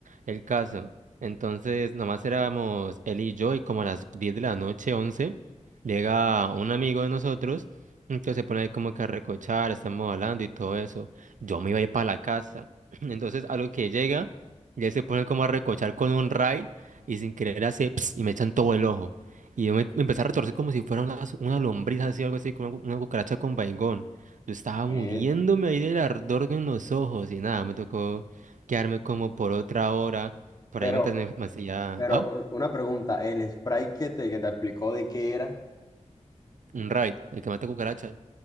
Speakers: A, on the right; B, on the left.
A: El caso, entonces, nomás éramos él y yo y como a las 10 de la noche, once llega un amigo de nosotros, entonces se pone ahí como que a recochar, estamos hablando y todo eso. Yo me iba a ir para la casa. <clears throat> Entonces, a lo que llega, ya se pone como a recochar con un ride y sin querer hace ps, y me echan todo el ojo. Y yo me, me empecé a retorcer como si fuera una, una lombriz así, algo así, como una, cu- una cucaracha con vaingón. Yo estaba
B: Eh,
A: muriéndome ahí del ardor en los ojos y nada, me tocó quedarme como por otra hora, por
B: pero,
A: ahí mientras me, me hacía,
B: pero
A: ah,
B: u- una pregunta, el spray que te, que te aplicó de qué era,
A: un raid, el que mata cucarachas.